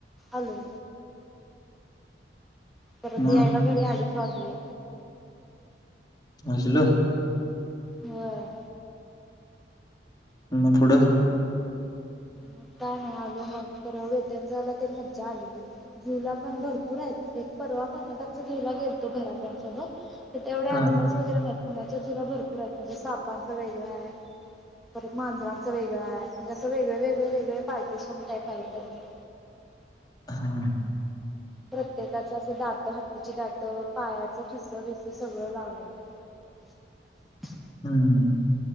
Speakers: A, in the centre; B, on the left.
A: आलो. परत
B: मग
A: यायला घरी अडीच वाजले.
B: वाजलं?
A: व्हय.
B: मग पुढ-
A: मग काय नाही आलो मग खर वेट न जॉय ला मज्जा आली लय झू ला पण भरपूर आहेत. परवा कर्नाटकच्या झू ला गेलतो घरातल्यासोबत तिथे एवढे अनिमल्स
B: हा
A: वगैरे नाही. पुण्याच्या झूला भरपूर आहेत म्हणजे सापांच वेगळ आहे. परत मांजरांचं वेगळं आहे म्हणजे अस वेगळं वेगळं. वेग वेगळे पार्टी टाईप आहे त्यांच्यात
B: हा
A: प्रत्येकाचं असं दात हत्तीचे दात पायाच ठस बीस सगळ लावलय. <inaudible>
B: हम्म.